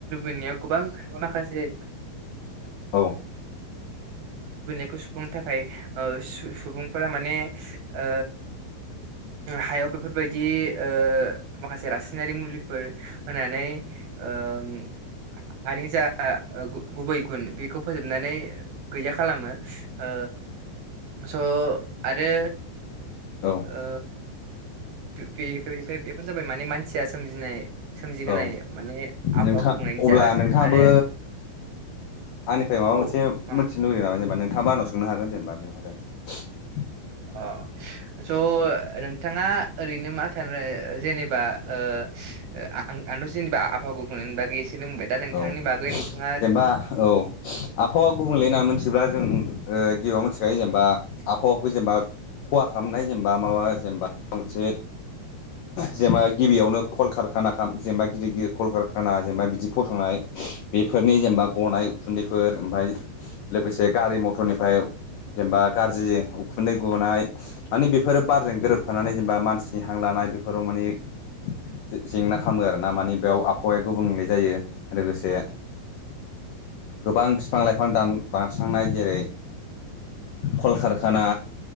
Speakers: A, on the right; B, on the left.
A: <inaudible> नाय गोबां माखासे
B: औ
A: सुफुंनो थाखाय सुबुंफोरा माने ओ हायाव बेफोरबायदि ओ माखासे रासायनारि मुलिफोर होनानै ओम हानि जा ओ गु-गुबै गुन बेखौ फोजोबनानै गैया खालामो ओ स' आरो
B: औ
A: ओ बे-बे-बे-बेफोर जाबाय माने मानसिया सोमजिनाय सोमजिहोनाय
B: औ
A: माने आबहावा
B: नोंथां
A: गुबुंनायनि
B: अब्ला
A: जाहोन
B: नोंथाङाबो
A: आरो
B: आंनिफ्राय माबा
A: औ
B: मोनसे मोनथिनो
A: मामोन
B: लुुबैयो नामा जेनेबा नोंथाङाबा आनाव सोंनो हागोन जेनेबा <inaudible>
A: अ स' नों थाङा ओरैनो मा सानो जेनेबा ओ आ आं-आंथ' जेनेबा आबहावा गुबुं बागै एसे बुंबाय दा नोंथांनि
B: औ
A: बागै नोंथां
B: जेनेबा औ आबहावा गुबुंले होननानै मिथिब्ला जों ओ गिबियाव मिथिखायो जेनेबा आबहावाखौ जेनबा खहा खालामनाय जेनबा माबा जेनबा मोनसे जेनबा गिबियावनो कलकारखाना खा जेनबा गिदिर गिदिर कलकारखाना जेनबा बिदि फसंनाय बेफोरनि जेनबा गनाय उखुन्दैफोर ओमफाय लोगोसे गारि मथरनिफ्राय जेनेबा गाज्रि उखुन्दै गनाय मानि बेफोरो बारजों गोरोबफानानै जेनेबा मानसिनि हां लाना नाय बेफोराव माने जे-जेंना खामो आरोना माने बेव आबहावाया गुबुंले जायो। लोगोसे गोबां फिफां लाइफां दान-दानस्रांनाय जेरै कलकारखाना